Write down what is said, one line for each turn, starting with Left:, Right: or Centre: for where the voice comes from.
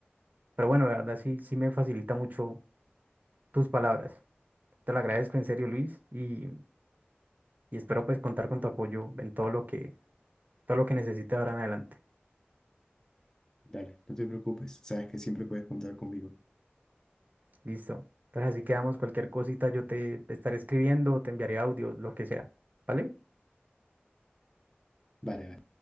Right: Pero bueno, la verdad sí, sí me facilita mucho tus palabras. Te lo agradezco en serio, Luis, y, y espero pues contar con tu apoyo en todo lo que, todo lo que necesite ahora en adelante.
Left: Dale, no te preocupes, sabes que siempre puedes contar conmigo.
Right: Listo. Entonces así quedamos, cualquier cosita yo te estaré escribiendo, te enviaré audios, lo que sea. ¿Vale?
Left: vale